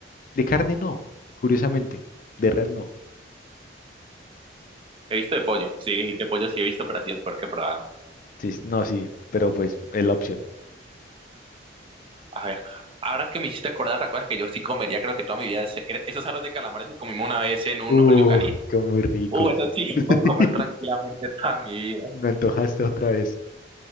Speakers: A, on the left; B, on the right.
A: De carne no, curiosamente. De res no.
B: He visto de pollo, sí, de pollo sí he visto, pero así el peor que he probado.
A: Sí, no, sí, pero pues es la opción.
B: A ver, ahora que me hiciste acordar otra cosa que yo sí comería, creo que toda mi vida, es- era- esos aros de calamares que comimos una vez en un
A: Uh,
B: all you can eat.
A: qué muy ricos.
B: Uh, eso sí, <laughs>
A: <laughs>
B: puedo comer tranquilamente toda mi vida.
A: Me antojaste otra vez.